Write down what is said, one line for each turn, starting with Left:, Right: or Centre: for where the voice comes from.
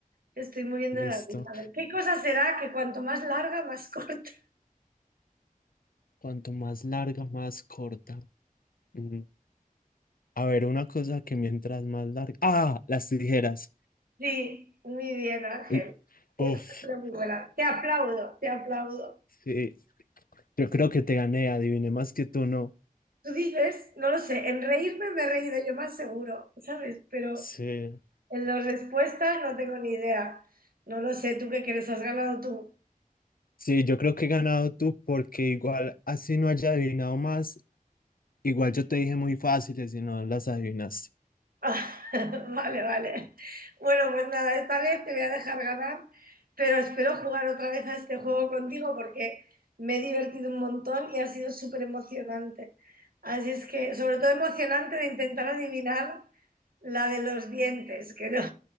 Right: Estoy muriendo
Left: Listo.
Right: de la risa. A ver, ¿qué cosa será que cuanto más larga, más <laughs> corta?
Left: Cuanto más larga, más corta. Mm, A ver, una cosa que mientras más larga. Ah, las tijeras.
Right: Sí, muy bien, Ángel.
Left: Mm,
Right: Esta
Left: Uf,
Right: es una muy buena. Te aplaudo, te aplaudo.
Left: sí. Yo creo que te gané, adiviné más que tú, ¿no?
Right: Tú dices, no lo sé, en reírme me he reído yo más seguro, ¿sabes? Pero
Left: Sí.
Right: en las respuestas no tengo ni idea. No lo sé, ¿tú qué crees? ¿Has ganado tú?
Left: Sí, yo creo que he ganado tú porque igual así no haya adivinado más, igual yo te dije muy fáciles y no las adivinaste.
Right: Ah, <laughs> Vale, vale. Bueno, pues nada, esta vez te voy a dejar ganar, pero espero jugar otra vez a este juego contigo porque me he divertido un montón y ha sido súper emocionante. Así es que, sobre todo emocionante de intentar adivinar la de los dientes, que no,